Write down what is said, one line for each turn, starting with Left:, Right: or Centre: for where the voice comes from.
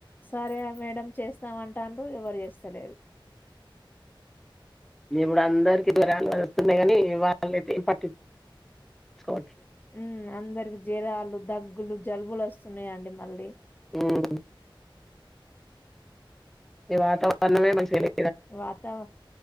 Left: సరే మేడం చేస్తాం అంటన్రు ఎవరు చేస్తలేరు.
Centre: ఇప్పుడు అందరికీ జరాలు వస్తున్నయి కాని వాళ్ళయితే పట్టించుకో
Left: ఉ అందరికి జరాలు, దగ్గులు జలుబులు వస్తున్నయండి మళ్ళీ.
Centre: హ్ ఈ వాతావరణమే మంచిగలే
Left: ఈ వాతావ